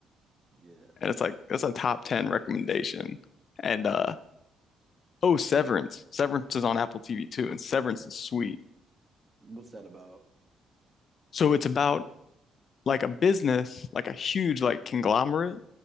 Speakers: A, on the right; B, on the left.
A: Yeah.
B: and it's like that's a top 10 recommendation and uh oh severance severance is on apple tv too and severance is sweet
A: What's that about?
B: so it's about like a business like a huge like conglomerate